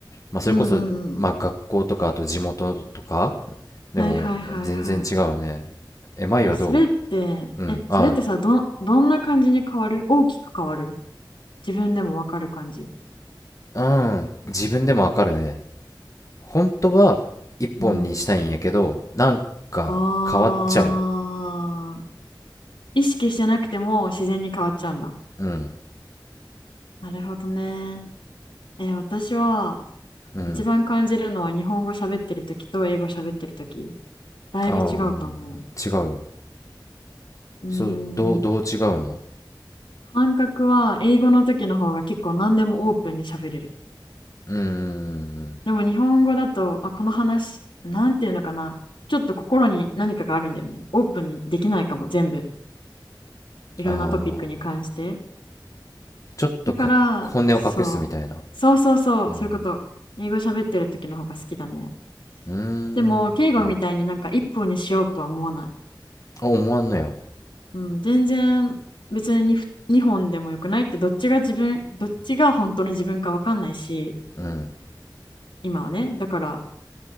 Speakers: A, on the left; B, on the left.
A: まあ、それこそ、
B: うん、うん、うんうん。
A: まあ、学校とかあと地元とかでも全然違うね。
B: はいはいはいは
A: え、舞はど
B: い。え、それって、
A: ううん。
B: え、
A: あ、
B: それってさ、ど、どんな感じに変わる大きく変わる自分でもわかる感じ。
A: うん。自分でもわかるね。本当は一本にしたいんやけど、
B: うん。
A: なんか変わっちゃう。
B: ああ、意識してなくても自然に変わっちゃうんだ。
A: うん。
B: なるほどね。え、私は、
A: うん。
B: 一番感じるのは日本語喋ってる時と英語喋ってる時だいぶ違うと思
A: ああ、違う。
B: う。うー
A: そう、どう、
B: ん。
A: どう違うの
B: 感覚は英語の時の方が結構何でもオープンに喋れる。
A: うーん。
B: でも日本語だと、あ、この話、なんていうのかな。ちょっと心に何かがあるんだよね。オープンにできないかも、全部。いろんなトピックに関して。
A: ああ、ちょっとか、
B: だから、
A: 本音を隠すみたいな。
B: そう。そうそうそう、
A: うん。
B: そういうこと。英語喋ってる時の方が好きだね。
A: うーん。
B: でも、敬語みたいになんか一本にしようとは思わない。
A: うん。あ、思わんのや。
B: うん、全然別に2本でもよくないってどっちが自分どっちが本当の自分か分かんないし
A: うん。
B: 今はねだから